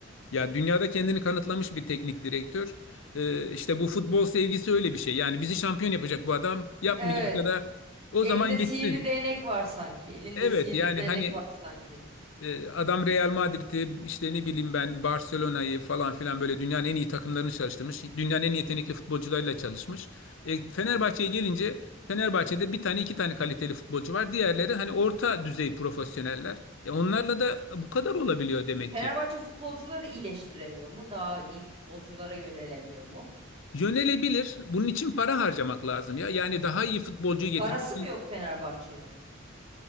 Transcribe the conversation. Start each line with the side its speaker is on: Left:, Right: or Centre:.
Left: Ya dünyada kendini kanıtlamış bir teknik direktör. E, işte bu futbol sevgisi öyle bir şey. Yani bizi şampiyon yapacak bu adam. Yapmayacak
Right: Evet,
Left: da o
Right: elinde
Left: zaman
Right: sihirli
Left: gitsin.
Right: değnek var sanki. Elinde
Left: Evet
Right: sihirli
Left: yani
Right: değnek
Left: hani
Right: var sanki.
Left: e, Adam Real Madrid'i işte ne bileyim ben Barcelona'yı falan filan böyle dünyanın en iyi takımlarını çalıştırmış. Dünyanın en yetenekli futbolcularıyla çalışmış. E, Fenerbahçe'ye gelince Fenerbahçe'de bir tane iki tane kaliteli futbolcu var. Diğerleri hani orta düzey profesyoneller. E, onlarla da bu kadar olabiliyor demek
Right: Fenerbahçe
Left: ki.
Right: futbolcuları iyileştiremiyor mu? Daha iyi futbolculara yönelemiyor mu?
Left: Yönelebilir. Bunun için para harcamak lazım ya. Yani daha iyi futbolcuyu getirmek,
Right: Parası mı yok Fenerbahçe'nin?